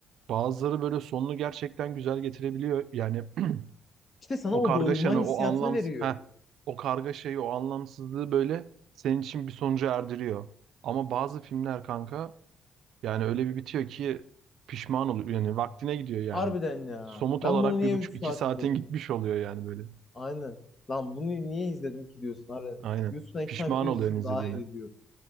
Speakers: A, on the right; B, on the left.
A: Bazıları böyle sonunu gerçekten güzel getirebiliyor. Yani <clears throat>
B: İşte sana
A: o
B: o
A: kargaşanı,
B: doygunma hissiyatını
A: o anlamsız,
B: veriyor.
A: heh, o kargaşayı, o anlamsızlığı böyle senin için bir sonuca erdiriyor. Ama bazı filmler kanka yani öyle bir bitiyor ki pişman oluyor. Yani vaktine gidiyor yani.
B: Harbiden ya.
A: Somut
B: Ben
A: olarak
B: bunu niye
A: bir buçuk
B: 3
A: iki
B: saat
A: saatin
B: izledim?
A: gitmiş oluyor yani böyle.
B: Aynen. Lan bunu niye izledim ki diyorsun harbiden.
A: Aynen.
B: YouTube'dan iki
A: Pişman
B: tane video
A: oluyorsun
B: izlesen
A: izlediğine.
B: daha iyi diyor.